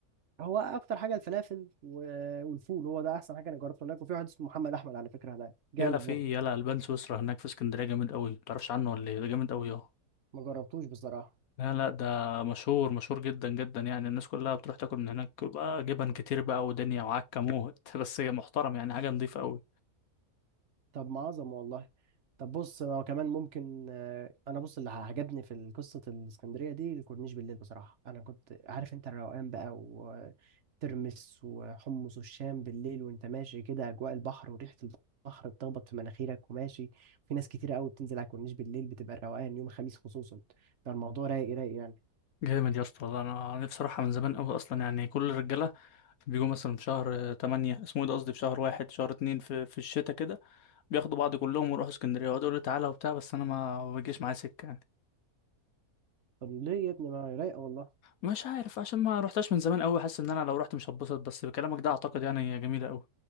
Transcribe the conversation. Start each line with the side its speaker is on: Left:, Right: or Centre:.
Right: هو اكتر حاجه الفلافل و- والفول هو ده احسن حاجه انا جربته هناك وفي واحد اسمه محمد احمد على فكره هناك جامد
Left: يلا في
Right: برضه
Left: يلا البان سويسرا هناك في اسكندريه جامد قوي متعرفش عنه ولا ايه ده جامد قوي اه
Right: ما جربتوش بصراحة
Left: لا لا ده مشهور مشهور جدا جدا يعني الناس كلها بتروح تاكل من هناك بقى جبن كتير بقى ودنيا وعكه موت <laughs> بس هي محترم يعني حاجه نظيفه قوي
Right: طب ما عظمة والله طب بص هو كمان ممكن آه، انا بص اللي عجبني في قصة الاسكندرية دي الكورنيش بالليل بصراحة انا كنت عارف انت الروقان بقى وترمس وحمص والشام بالليل وانت ماشي كده اجواء البحر وريحة البحر بتخبط في مناخيرك وماشي في ناس كتيرة قوي بتنزل على الكورنيش بالليل بتبقى روقان يوم الخميس خصوصا فالموضوع رايق رايق يعني
Left: جامد يا اسطى والله انا نفسي اروحها من زمان قوي اصلا يعني كل الرجاله بيجوا مثلا في شهر 8 اسمه ايه ده قصدي في شهر واحد شهر اتنين في في الشتاء كده بياخدوا بعض كلهم ويروحوا اسكندريه ويقعدوا يقولوا لي تعالى وبتاع بس انا ما بيجيش معايا سكه يعني
Right: طب ليه يا ابني ما هي رايقة والله
Left: مش عارف عشان ما رحتش من زمان قوي حاسس ان انا لو رحت مش هتبسط بس بكلامك ده اعتقد يعني هي جميله قوي